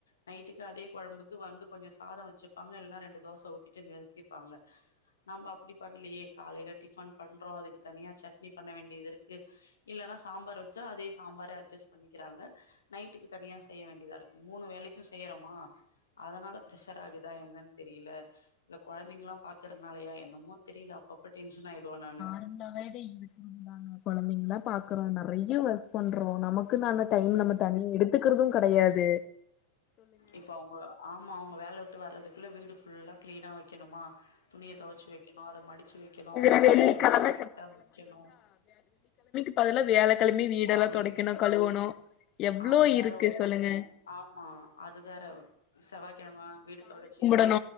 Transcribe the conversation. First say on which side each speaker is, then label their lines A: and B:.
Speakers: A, on the left; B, on the left.
A: நைட்டுக்கு அதே கொழம்புக்கு வந்து கொஞ்ச சாத வச்சுப்பாங்க இல்லனா ரெண்டு தோச ஊத்திட்டு நிறுத்திப்பாங்க நம்ப அப்டி பண்லயே காலைல டிஃபன் பண்றோ அதுக்கு தனியா சட்னி பண்ண வேண்டியது இருக்கு இல்லனா சாம்பார் வச்சா அதே சாம்பார அட்ஜஸ்ட் பண்ணிக்கிறாங்க நைட்டுக்கு தனியா செய்ய வேண்டியதா இருக்கு மூணு வேலைக்கு செய்யறமா அதனால ப்ரஷர் ஆகுதா என்னன் தெரியல இந்த கொழந்தைங்களா பாக்குறனாலயா என்னமோ தெரில அப்பப்ப டென்ஷன் ஆய்டுவ நானு
B: நம்ம வேரி இவ ஆமாங்க குழந்தைங்கலா பாக்கறோ நறைய ஒர்க் பண்றோ நமக்கு தான டைம்
A: ம்
B: நம தனி எடுத்துக்குறது கடையாது
A: இப்ப அவுங்க ஆமா அவுங்க வேல விட்டு வர்றதுக்குள்ள வீடு ஃபுல்லா கிளீனா வைக்கணுமா துணிய துவச்சு வைக்கணு அத மடிச்சு வைக்கணு அவுங்களோட
B: இதுல வெள்ளிக்கிழம
A: பொருளல்லா கரெக்டா வைக்கணு
B: ப்ப அதெல்லா வேலைக்கெழமையு வீடெல்லா
A: ஐய்யய்யோ!
B: தொடைக்கணு கழுவணு எவ்ளோ
A: அது வேற
B: இருக்கு
A: ஒரு பக்கோங்க
B: சொல்லுங்க
A: ஆமா அ அது வேற செவ்வாய்கிழம வீடு தொடச்சி
B: நா